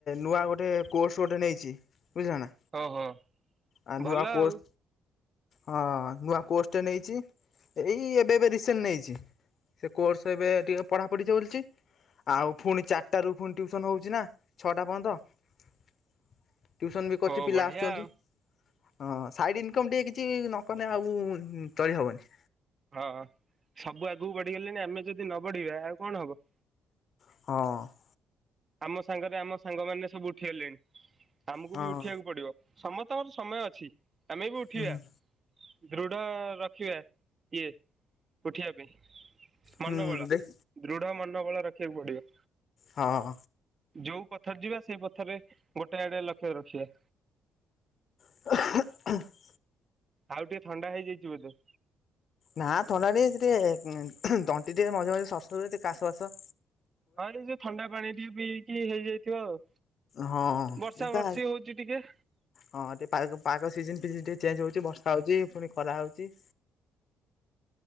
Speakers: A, on the left; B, on the right.
A: ନୂଆ ଗୋଟେ କୋର୍ସ ଗୋଟେ ନେଇଛି ବୁଝିଲ ନା।
B: ଓହୋ
A: ଆଉ ନୂଆ
B: ଭଲ
A: କୋର୍ସ
B: ଆଉ।
A: ହଁ ନୂଆ କୋଷ୍ଟ ନେଇଛି ଏଇ ଏବେ ଏବେ ରିସେଣ୍ଟ ନେଇଛି। ସେ କୋର୍ସ ଏବେ ଟିକିଏ ପଢ଼ାପଢି ଚାଲୁଛି। ଆଉ ପୁଣି ଚାରିଟା ରୁ ପୁଣି ଟ୍ୟୁସନ ହଉଛି ନା ଛଅଟା ପଯ୍ୟନ୍ତ। ଟିଉସନ ବି କରୁଚି
B: ଓ
A: ପିଲା
B: ବଢିଆ
A: ଆସୁଛନ୍ତି
B: ଆଉ
A: ହଁ ସାଇଡ ଇଂନକମ ଟିକେ କି କିତି ନକଲେ ଆଉ ଚଳି ହବନି।
B: ହଁ ସବୁ ଆଗକୁ ବଢିଗଲେଣି ଆମେ ଯଦି ନ ବଢିବା ଆଉ କଣ ହବ।
A: ହଁ।
B: ଆମ ସାଙ୍ଗରେ ଆମ ସାଙ୍ଗମାନେ ସବୁ ଉଠିଗଲେଣି ଆମକୁ
A: ହଁ।
B: ବି ଉଠିବାକୁ ପଡିବ। ସମସ୍ତଙ୍କର ସମୟ ଅଛି ଆମେ ବି ଉଠିବା।
A: ହୁଁ
B: ଦୃଢ ରଖିବା କିଏ ଉଠିବା ପାଇଁ।
A: ହୁଁ
B: ମନୋବଳ
A: ଦେଖ
B: ଦୃଢ ମନୋବଳ ରଖିବାକୁ ପଡିବ।
A: ହଁଅ।
B: ଯୋଉ ପଥରେ ଯିବା ସେଇ ପଥରେ ଗୋଟେ ଆଡେ ଲକ୍ଷ୍ୟ ରଖିବା।
A: <unintelligible>
B: ଆଉ ଟିକେ ଥଣ୍ଡା ହେଇଯାଇଛି ବୋଧେ।
A: ନା ଥଣ୍ଡା ଟିକେ ହେଇଛି ଟିକେ ତଣ୍ଟି ଟିକେ ମଝିରେ ମଝିରେ ସର ସର ହଉଛି କାଶ ଫାସ।
B: ହଁ ଏ ଯୋଉ ଥଣ୍ଡା ପାଣି ପିଇ ପିଇକି ହେଇଯାଇଥିବ ଆଉ।
A: ହଁ
B: ବର୍ଷା
A: ଏଇଟା
B: ବର୍ଷି ହଉଛି ଟିକେ।
A: ହଁ ଟିକେ ପା ପାଗ ସିଜନ ଫିଜିନ ଟିକେ ଚେଞ୍ଜ ହଉଛି ବର୍ଷା ହଉଛି ପୁଣି ଖରା ହଉଛି।